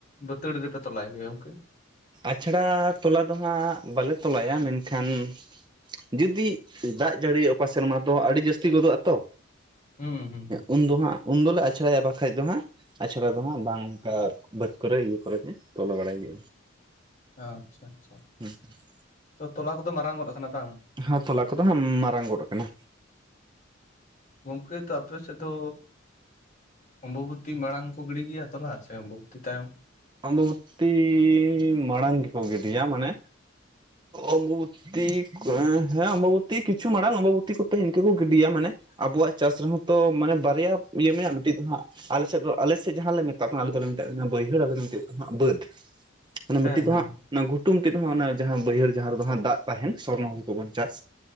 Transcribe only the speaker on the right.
ᱟᱪᱷᱲᱟ ᱛᱚᱞᱟ ᱫᱚ ᱦᱟᱸᱜ ᱵᱟᱞᱮ ᱛᱚᱞᱟᱭᱟ ᱢᱮᱱᱠᱷᱟᱱ ᱡᱩᱫᱤ ᱫᱟᱜ ᱡᱟᱹᱲᱤ ᱚᱠᱟ ᱥᱮᱨᱢᱟ ᱫᱚ ᱟᱹᱰᱤ ᱡᱟᱹᱥᱛᱤ ᱜᱚᱫᱚ ᱟᱛᱚ
ᱩᱱ ᱫᱚᱦᱟᱸᱜ ᱩᱱ ᱫᱚᱞᱮ ᱟᱪᱷᱲᱟᱭᱟ ᱵᱟᱠᱷᱟᱡ ᱫᱚ ᱦᱟᱸᱜ ᱟᱪᱷᱟᱲᱟ ᱫᱚ ᱦᱟᱸᱜ ᱵᱟᱝ ᱚᱝᱠᱟ ᱵᱟᱹᱫ ᱠᱚᱨᱮ ᱤᱭᱟᱹ ᱠᱚᱨᱮ ᱜᱮ ᱛᱚᱞᱚ ᱵᱟᱲᱟᱭ ᱦᱩᱭᱩᱜᱼᱟ
ᱦᱮᱸ <unintelligible>
ᱦᱚᱸ ᱛᱚᱞᱟ ᱠᱚᱫᱚ ᱦᱟᱸᱜ ᱢᱟᱨᱟᱝ ᱜᱚᱫ ᱠᱟᱱᱟ
ᱚᱢᱵᱚᱵᱩᱛᱤ ᱢᱟᱲᱟᱝ ᱜᱮᱠᱚ ᱜᱤᱰᱤᱭᱟ ᱢᱟᱱᱮ ᱚᱢᱵᱚᱼᱵᱚ ᱛᱤᱠ ᱦᱮᱸ ᱚᱢᱵᱚᱵᱩᱛᱤ ᱠᱤᱪᱷᱩ ᱢᱟᱲᱟᱝ ᱚᱢᱵᱚᱵᱩᱛᱤ ᱠᱚᱛᱮ ᱤᱝᱠᱟᱹ ᱠᱚ ᱜᱤᱰᱤᱭᱟ ᱢᱟᱱᱮ ᱟᱵᱚᱣᱟᱜ ᱪᱟᱥ ᱨᱮᱦᱚᱸ ᱛᱚ ᱢᱟᱱᱮ ᱵᱟᱨᱭᱟ ᱤᱭᱟᱹ ᱢᱮᱱᱟᱜᱼᱟ ᱢᱤᱴᱤᱜ ᱫᱚ ᱦᱟᱸᱜ ᱟᱞᱮᱥᱮᱫ ᱫᱚ ᱟᱞᱮᱥᱮᱫ ᱡᱟᱦᱟᱸ ᱞᱮ ᱢᱮᱛᱟᱜ ᱠᱟᱱᱟ ᱟᱞᱮ ᱫᱚᱞᱮ ᱢᱮᱛᱟᱜ ᱠᱟᱱᱟ ᱵᱟᱹᱭᱦᱟᱹᱲ ᱟᱞᱮ ᱪᱮᱫ ᱦᱟᱸᱜ ᱵᱟᱹᱫᱽ ᱢᱟᱱᱮ
ᱢᱤᱜᱴᱤᱜ ᱫᱚ
ᱦᱟᱸᱜ ᱚᱱᱟ ᱜᱷᱩᱴᱩᱝ ᱢᱤᱜᱴᱤᱜ ᱫᱚ ᱦᱟᱸᱜ ᱚᱱᱟ ᱡᱟᱦᱟᱸ ᱵᱟᱹᱭᱦᱟᱹᱲ ᱡᱟᱦᱟᱸ ᱨᱮᱫᱚ ᱦᱟᱸᱜ ᱫᱟᱜ ᱛᱟᱦᱮᱱ ᱥᱚᱨᱱᱚ ᱦᱩᱲᱩ ᱠᱚᱵᱚᱱ ᱪᱟᱥ